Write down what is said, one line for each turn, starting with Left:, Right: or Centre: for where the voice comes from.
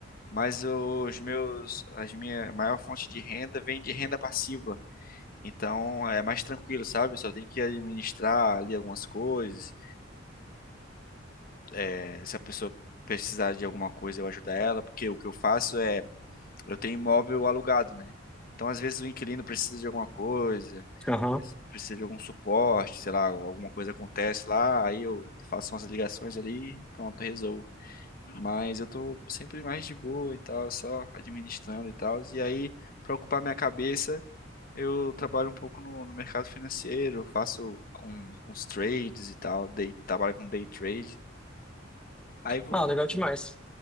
Left: mas os meus, as minha maior fonte de renda vem de renda passiva. Então é mais tranquilo, sabe? Eu só tenho que administrar ali algumas coisas. É, se a pessoa precisar de alguma coisa, eu ajudo ela, porque o que eu faço é, eu tenho imóvel alugado, né? Então às vezes o inquilino precisa de alguma coisa,
Centre: Aham.
Left: preci- precisa de algum suporte, sei lá, alguma coisa acontece lá, aí eu faço umas ligações ali, pronto, resolvo. Mas eu tô sempre mais de boa e tal, só administrando e tal. E aí, para ocupar minha cabeça, eu trabalho um pouco no, no mercado financeiro, faço uns, uns trades e tal, day, trabalho com day trade. Aí vou,
Centre: Ah, legal demais.